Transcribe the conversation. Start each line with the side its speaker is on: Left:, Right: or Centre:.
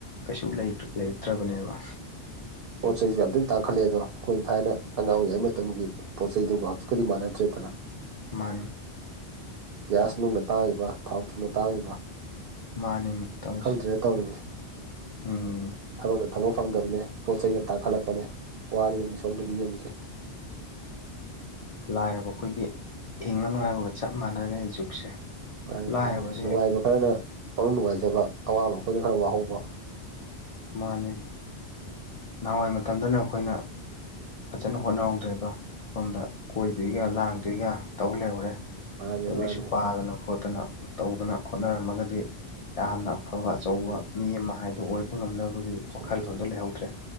Left: ꯀꯩꯁꯨ ꯂꯩꯔꯛ ꯂꯩꯔꯛꯇ꯭ꯔꯕꯅꯦꯕ
Right: ꯄꯣꯠ ꯆꯩꯁꯨ ꯌꯥꯝ ꯊꯤ ꯇꯥꯡꯈꯠꯂꯛꯑꯦꯗꯣ ꯑꯗꯣꯈꯣꯏ ꯊꯥꯏꯅ ꯑꯉꯥꯡ ꯑꯣꯏꯔꯤꯉꯩ ꯃꯥ ꯇꯝꯒꯤ ꯄꯣꯠ ꯆꯩꯗꯨꯒ ꯍꯧꯖꯤꯛꯀꯗꯤ ꯃꯥꯟꯅꯗ꯭ꯔꯦꯗꯅ
Left: ꯃꯥꯅꯦ
Right: ꯒ꯭ꯌꯥꯁ ꯅꯨꯡꯅ ꯇꯥꯡꯉꯤꯕ ꯊꯥꯎ ꯊꯨꯝꯅ ꯇꯥꯡꯉꯤꯕ
Left: ꯃꯥꯅꯤꯅꯦ ꯇꯧꯁꯦ
Right: ꯈꯪꯗ꯭ꯔꯦ ꯇꯧꯔꯤꯁꯦ
Left: ꯎꯝ
Right: ꯊꯕꯛꯅ ꯊꯕꯛ ꯐꯪꯗꯕꯅꯦ ꯄꯣꯠ ꯆꯩꯅ ꯇꯥꯡꯈꯠꯂꯛꯄꯅꯦ ꯋꯥꯔꯦꯅꯤ ꯁꯣꯝꯗꯗꯤ ꯌꯨꯝꯁꯦ
Left: ꯂꯥꯏꯔꯕ ꯑꯩꯈꯣꯏꯗꯤ ꯍꯤꯡꯉꯅꯨ ꯍꯥꯏꯕꯒ ꯆꯞ ꯃꯥꯟꯅꯔꯦ ꯖꯨꯛꯁꯦ
Right: ꯃꯥꯅꯤ
Left: ꯂꯥꯏꯔꯕꯁꯦ
Right: ꯃꯥꯅꯤ ꯅꯨꯡꯉꯥꯏꯕ ꯈꯔꯅ ꯄꯅꯨꯡ ꯅꯨꯡꯉꯥꯏꯖꯕ ꯑꯋꯥꯕ ꯑꯩꯈꯣꯏꯅ ꯈꯔ ꯋꯥꯍꯧꯕ
Left: ꯃꯥꯅꯦ ꯅꯍꯥꯟꯋꯥꯏ ꯃꯇꯝꯗꯅ ꯑꯩꯈꯣꯏꯅ ꯐꯖꯅ ꯍꯣꯠꯅꯍꯧꯗ꯭ꯔꯦꯗꯣ ꯁꯣꯝꯗ ꯀꯣꯏꯗꯣꯏꯒ
Right: ꯎꯝ
Left: ꯂꯥꯡꯗꯣꯏꯒ ꯇꯧ ꯂꯩꯍꯧꯔꯦ
Right: ꯃꯥꯅꯤ
Left: ꯂꯥꯏꯔꯤꯛ
Right: ꯃꯥꯅꯤ
Left: ꯂꯥꯏꯁꯨ ꯄꯥꯗꯅ ꯈꯣꯠꯇꯅ ꯇꯧꯗꯅ ꯍꯣꯠꯅꯔꯝꯃꯒꯗꯤ ꯌꯥꯝꯅ ꯑꯐꯕ ꯑꯆꯧꯕ
Right: ꯎꯝ
Left: ꯃꯤ ꯑꯃ ꯍꯥꯏꯗꯨ ꯑꯣꯏꯕ ꯉꯝꯅꯕꯒꯤ
Right: ꯆꯨꯝꯃꯤ
Left: ꯋꯥꯈꯜꯂꯣꯟꯗꯨ
Right: ꯆꯨꯝꯃꯤ
Left: ꯂꯩꯍꯧꯗ꯭ꯔꯦ